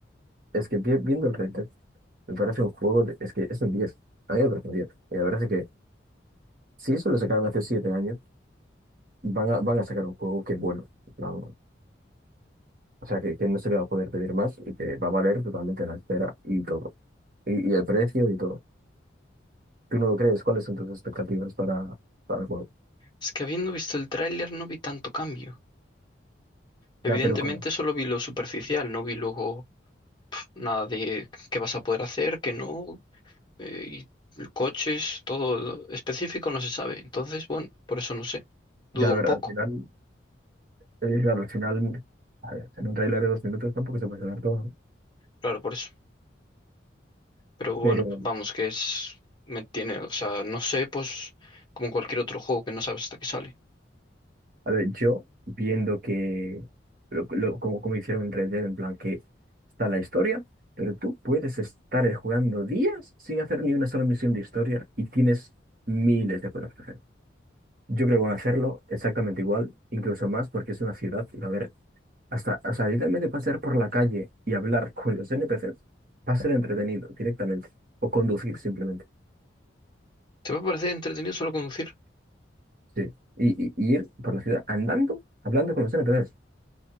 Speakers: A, on the right; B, on the left.
A: es que vi- viendo el Red Dead, me parece un juego, de- es que es un diez a mí me parece un 10. Y la verdad es que si eso lo sacaron hace 7 años, van a, van a sacar un juego que es bueno, en plan, o sea, que, que no se le va a poder pedir más y que va a valer totalmente la espera y todo, y, y el precio y todo. ¿Tú no lo crees? ¿Cuáles son tus expectativas para, para el juego?
B: Es que habiendo visto el tráiler no vi tanto cambio. Evidentemente
A: Ya, pero ¿cómo?
B: solo vi lo superficial, no vi luego nada de qué vas a poder hacer, qué no, eh, y coches, todo específico no se sabe. Entonces, bueno, por eso no sé. Dudo
A: Ya, a ver,
B: un poco,
A: al final, eh, claro, al final, a ver, en un tráiler de dos minutos tampoco se puede saber todo, ¿no?
B: claro, por eso. Pero bueno,
A: Pero
B: vamos, que es... Me tiene, o sea, no sé, pues como cualquier otro juego que no sabes hasta que sale.
A: A ver, yo viendo que, lo, lo- como, como hicieron en Red Dead, en plan que está la historia, pero tú puedes estar eh, jugando días sin hacer ni una sola misión de historia y tienes miles de cosas que hacer. Yo creo que van a hacerlo exactamente igual, incluso más, porque es una ciudad y va a haber, hasta, hasta literalmente pasear por la calle y hablar con los NPCs va a ser entretenido directamente, o conducir simplemente.
B: ¿Te va a parecer entretenido solo conducir?
A: Sí. Y, y- y ir por la ciudad andando, hablando con los NPCs,